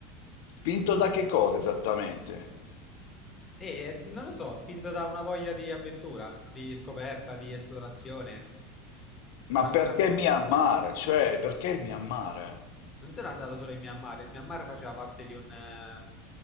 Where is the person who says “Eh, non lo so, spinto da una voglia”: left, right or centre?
Left